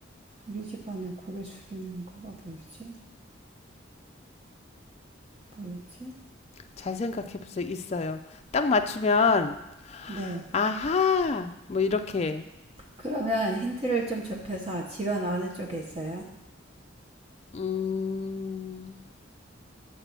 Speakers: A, on the right; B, on the left.
A: 우리 집안에 고개 숙이는 거가 뭐 있지? 보이지
B: 잘 생각해 보세요. 있어요. 딱 맞추면
A: 네.
B: 아하 뭐 이렇게
A: 그러면 힌트를 좀 좁혀서 집안 어느 쪽에 있어요?
B: 음.